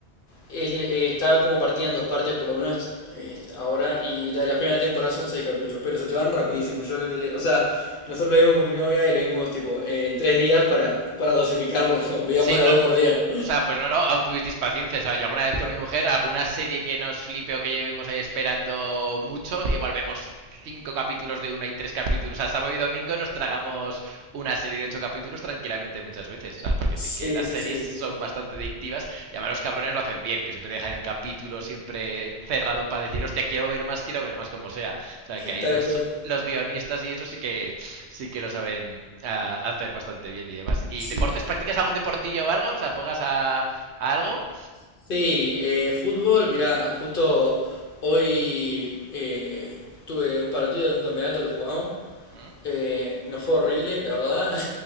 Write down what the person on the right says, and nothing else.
Sí,
no.
O sea, pues no, no, aún tuvisteis paciencia, ¿sabes? Yo alguna vez con mi mujer, alguna serie que nos flipe o que llevemos ahí esperando mucho, igual vemos cinco capítulos de una y tres capítulos. O sea, sábado y domingo nos tragamos una serie de ocho capítulos tranquilamente muchas veces, ¿sabes? Porque
sí que las
series
son bastante adictivas y además los cabrones lo hacen bien, que siempre te dejan el capítulo siempre cerrado para decir, hostia, quiero ver más, quiero ver más como sea. O sea, que ahí
los,
los guionistas y eso sí que sí que lo saben ah, hacer bastante bien y demás. ¿Y
deportes? ¿Practicas algún deportillo o algo? O sea, ¿juegas a, a algo?
¿Mm?